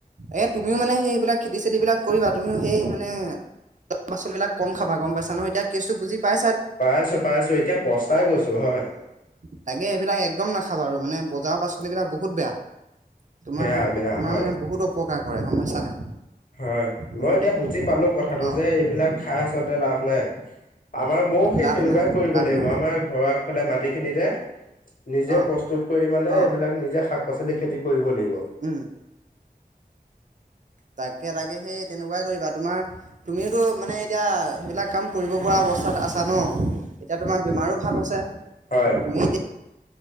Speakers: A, on the right (about 50°); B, on the left (about 55°).
A: এয়া তুমিও মানে সেইবিলাক খেতি চেতি বিলাক কৰিবা তুমিও সেই মানে- পাচলবাক ক খাবা গম পাইছা নহয় এতিয়া কেছটো বুজি। অ
B: পাই আছো পাই আছো এতিয়া পস্তাই গৈছো হয়
A: তাগে সবিলাক একদম নাখাবা আৰু মানে- বজাৰৰ পাচলিবলাক বহুত বেয়া তোমাৰ
B: বেয়া বেয়া
A: তোমাৰ
B: হয়
A: মানে বহুত অপকাৰ কৰে। আছা নাই?
B: হয়,
A: গতিকে
B: মই এতিয়া বুজি পালোঁ কথাটো
A: অ',
B: যে, এইবিলাক খাই আচলতে লাভ নাই। আমাৰ ময়ো সেই
A: লাভ
B: তেনেকুৱাই
A: নাই
B: কৰিব
A: লাভ
B: লাগিব,
A: নাই
B: আমাৰ
A: অ',
B: ঘৰৰ আগফালে মাটিখিনিত নিজে
A: অ'।
B: প্ৰস্তুত কৰি মানে
A: অ',
B: এইবিলাক নিজে শাক, পাচলি খেতি কৰিব লাগিব।
A: উম, তাকে, তাকে, সেই তেনেকুৱাই কৰিবা, তোমাৰ তুমিওতো মানে এতিয়া সেইবিলাক কাম কৰিব পৰা অৱ আছা ন? এতিয়া তোমাৰ বেমাৰো ভাল হৈছে।
B: হয়
A: তুমি এতিয়া